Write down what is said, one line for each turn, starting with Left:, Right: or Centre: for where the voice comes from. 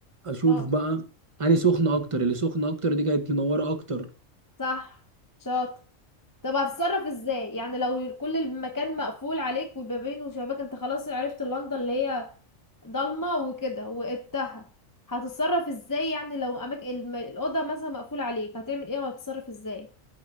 Right: اشوف
Left: اه
Right: بقى اني سخنة اكتر اللي سخنة اكتر دي كانت منورة اكتر
Left: صح شاطر طب هتتصرف ازاي يعني لو كل المكان مقفول عليك وبابين وشباك انت خلاص عرفت اللنده اللي هي ضلمه وكده وقدتها هتتصرف ازاي يعني لو اماكن الم... الاوضه مثلا مقفوله عليك هتعمل ايه وهتتصرف ازاي